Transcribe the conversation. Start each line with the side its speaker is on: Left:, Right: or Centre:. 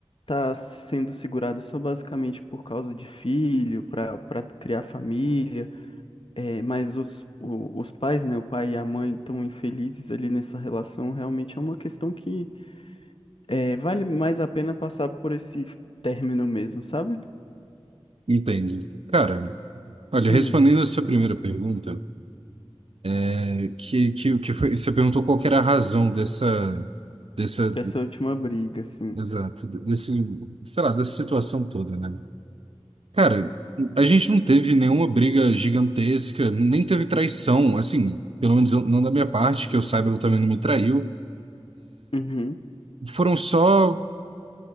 Left: tá sendo segurado só basicamente por causa de filho, para para criar família, é, mas os, o- os pais, né, o pai e a mãe estão infelizes ali nessa relação, realmente é uma questão que é, vale mais a pena passar por esse término mesmo, sabe?
Right: Entendo. Cara, olha,
Left: Hum,
Right: respondendo a sua primeira pergunta, é, que, que, que foi, você perguntou qual que era a razão dessa, dessa,
Left: dessa última briga, assim.
Right: exato, desse, sei lá, dessa situação toda, né? Cara, a gente não teve nenhuma briga gigantesca, nem teve traição, assim, pelo menos eu- não da minha parte, que eu saiba, ela também não me traiu.
Left: Uhum,
Right: Foram só